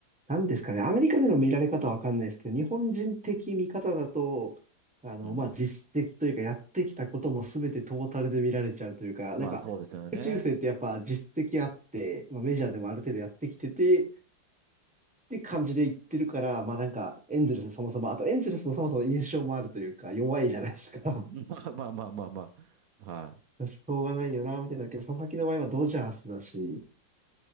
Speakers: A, in the centre; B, on the right (about 65°).
A: なんですかね、アメリカでの見られ方はわかんないですけど、日本人的見方だと、あの、
B: うん。
A: まあ、実績というか、やってきたことも全てトータルで見られちゃうというか、
B: まあそうですよね。
A: なんか、菊池雄星ってやっぱ実績あって、まあ、メジャーでもある程度やってきてて、って感じで言ってるから、まあなんか、エンゼルスそもそも、あとエンゼルスのそもそも印象もあるというか、弱いじゃないですか。
B: うん <laughs> まあまあまあまあまあ、はい。
A: しょうがないよな、みたいな。けど、佐々木の場合はドジャースだし、